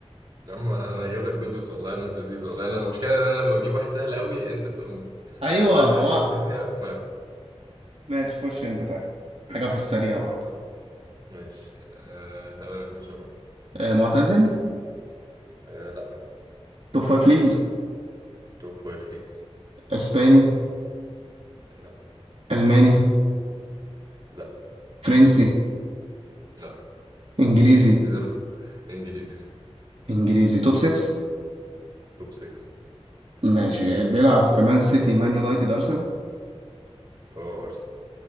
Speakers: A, on the right; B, on the right.
A: يا عم انا اجيب لك ديفيس والله الناس لذيذه والله انا المشكله ان انا لما بجيب واحد سهل قوي انت بتبقى م-
B: ايوه
A: رايح
B: ما
A: لاخر
B: هو
A: الدنيا ف
B: ماشي خش انت طيب حاجه في السريع
A: <laughs>
B: برضه
A: ماشي آه... تمام يا باشا روح
B: آه، معتزل
A: آه... لا
B: توب فايف ليجز
A: توب فايف ليجز
B: اسباني
A: لا
B: الماني
A: لا
B: فرنسي
A: لا
B: انجليزي
A: اذا انت انجليزي
B: انجليزي توب 6
A: توب 6
B: ماشي بيلعب في مان سيتي مان يونايتد أرسنال
A: اه ارسنال